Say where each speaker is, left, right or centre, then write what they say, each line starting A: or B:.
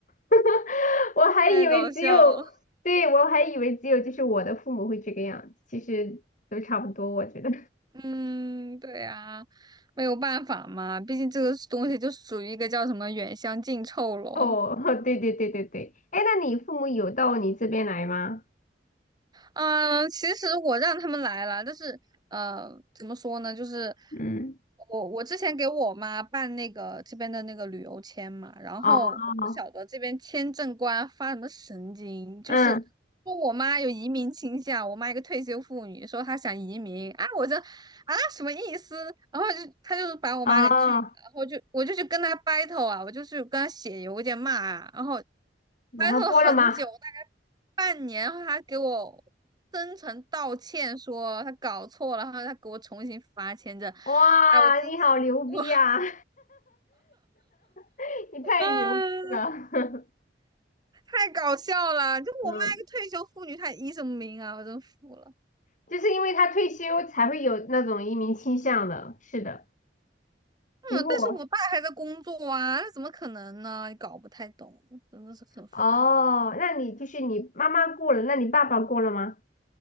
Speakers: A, on the left; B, on the right.
A: <laughs> 我还以为只有，
B: 太搞笑了。
A: 对，我还以为只有就是我的父母会这个样子，其实都差不多，我觉得。
B: 嗯，对呀，没有办法嘛，毕竟这个东西就属于一个叫什么“远香近臭”咯。
A: <laughs> 哦，<laughs> 对对对对对，哎，那你父母有到你这边来吗？
B: 嗯，其实我让他们来了，但是呃，怎么说呢，就是
A: 嗯，
B: 我我之前给我妈办那个这边的那个旅游签嘛，然后我不晓得这边签证官发什么神经，
A: 哦，嗯，
B: 就是说我妈有移民倾向，我妈一个退休妇女说她想移民啊，我这啊什么意思？然后就他就是把我妈给拒我就我就去跟他
A: 哦，
B: battle 啊，我就去跟他写邮件骂啊，然后
A: 然后过了吗？
B: battle 很久，大概半年，然后他给我真诚道歉，说他搞错了，然后他给我重新发签证，
A: 哇，
B: 哎，我真。
A: 你好牛逼啊！
B: 我
A: <laughs> <laughs> 你太牛逼了，
B: <laughs> 啊，太搞笑了！
A: <laughs>
B: 就我妈一个退休妇女，
A: 嗯，
B: 她医什么名啊？我真服了。
A: 就是因为他退休才会有那种移民倾向的，是的。
B: 嗯，
A: 如果
B: 但是我爸还在工作啊，那怎么可能呢？搞不太懂，真的是很烦。
A: 哦，那你就是你妈妈过了，那你爸爸过了吗？